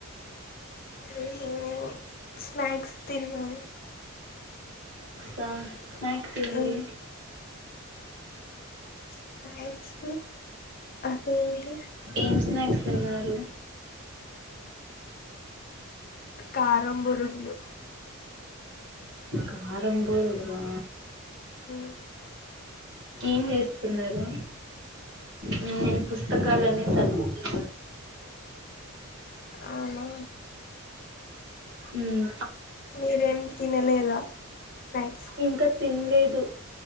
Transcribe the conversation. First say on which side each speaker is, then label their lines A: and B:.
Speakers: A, on the left; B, on the right.
A: హుహు స్నాక్స్ తిన్నాం
B: త స్నాక్స్ ఏంది
A: మ్మ్ స్నాక్స్ అదేంటి
B: ఏం స్నాక్స్ తిన్నారు
A: కారం బొరుగులు
B: కారం బోరుగులా
A: మ్మ్
B: ఏం జేస్తున్నారు నేను పుస్తకాలన్నీ సర్దుతున్నాను
A: అవునా
B: హ్మ్
A: మీరేం తినలేద స్నాక్స్
B: ఇంకా తినలేదు